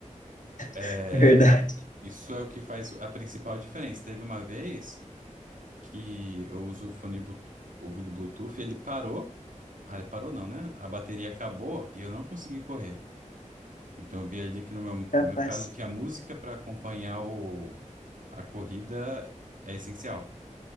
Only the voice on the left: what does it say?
<laughs> Verdade.
Capaz.